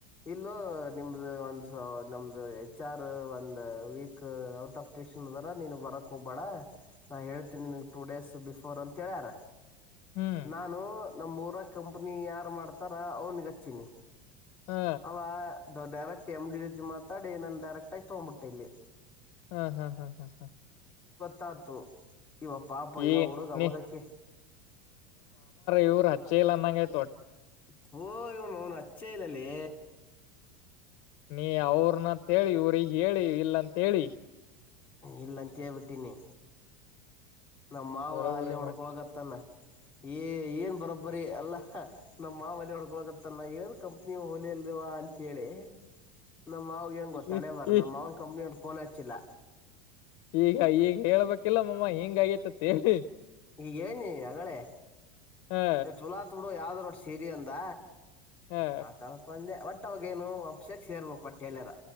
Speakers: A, in the centre; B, on the left.
A: ಇಲ್ಲೂ ನಿಮ್ದ ಒಂದು ಸ ನಮ್ದು ಹೆಚ್ ಆರ್ ಒಂದು ವೀಕ್ ಔಟ್ ಆಫ್ ್ಟೂಷನ್ ಅದಾರ ನೀನು ಬರಕ್ ಹೋಗ್ಬೇಡ ನ ಹೇಳ್ತೀನಿ ನಿಿನಗೆ ಟೂ ಡೇಸ್ ಬಿಫೋರ್ ಅಂತ ಹೇಳ್ಯಾರ
B: ಹ್ಮ್
A: ನಾನು ನಮ್ಮ ಊರ ಕಂಪ್ನಿ ಯಾರು ಮಾಡ್ತಾರ ಅವ್ನಿಗೆ ಹಚ್ಚಿನಿ
B: ಹಾ
A: ಅವ ಡೈರೆಕ್ಟ್ ಎಮ್ ಡಿ ರಜಿ ಮಾತಾಡಿ ನನ್ ಡೈಕ್ಟ್ಗ ತಗ್ಬಿಟ್ಟೆ ಇಲ್ಲಿ
B: ಹಾ ಹಾ ಹಾ ಹಾ ಹಾ
A: ತತ್ತುು ಇವ ಪಾಪ ಇವ
B: ಈ
A: ಹುಡುಗ ಅವವಾಗಕ್ಕೆ
B: ನೀ ಇವ್ರುಚ್ಚ ಇಲ್ಲ ಅಂದಂಗಗೆ
A: ಹ ಓಹ್ ಇವನು ಹಚ್ಚೆ ಇಲ್ಲಲೆ.
B: ನೀ ಅವ್ರನಂತೇಳಿ ಇವ್ರಿಗೆ ಹೇಳಿ ಇಲ್ಲ ಅಂತ ಹೇಳಿ.
A: ಇಲ್ಲ ಅಂತ ಹೇಳ್ಬಿಟ್ಟೀನಿ. ನಮ್ಮ ಮಾವ
B: ಬರೋಬರಿ
A: ಅಲ್ಲ ಹೊಡ್ಕೊಳಗತ್ತಾನ.
B: ಮಾಡಿ
A: ಏ ಏನ್ ಬರೋಬ್ಬರಿ ಅಲ್ಲ. ನಮ್ಮ್ ಮಾವ ಹೊಡ್ಕೊಳೋಗತ್ತ ನಾ ಎಲ್. ಕಂಪನಿ ಹೊಗಿ- <inaudible> ಲ್ವಾ ಅಂತ ಹೇಳಿ ನಮ್ ಮಾವಾಗ ಏನ್ ಗೊತ್ತ
B: ಈ
A: ಹಣೆಬರಹ
B: ಈ
A: ನಮ್ಮ್ ಮಾವ ಕಂಪ್ನಿ ಅದ. ಫೋನ್ ಹಚ್ಚಿಲ್ಲ.
B: ಈಗ ಈಗ ಹೇಳ್ಬೇಕಿಲ್ಲ ಮಾಮ ಹಿಂಗ ಆಗೇತಿ ಅಂತ ಹೇಳಿ.
A: ಈಗ ಹೇಳಿನಿ ಆಗಲ್ಲೇ
B: ಹಾ
A: ಚಲೋ ಆತ ಬಿಡೋ ಯಾವ್ದರ ಒಟ್ಟ ಸೇರಿ ಅಂದ.
B: ಹಾ
A: ಆತ ಅನ್ಕೊಂಡೆ. ಒಟ್ಟ ಅವಗೇನು ಅಭಿಷೇಕ್ ಸೇರ್ಬೇಕು ಒಟ್ಟೆಲ್ಲಾರ.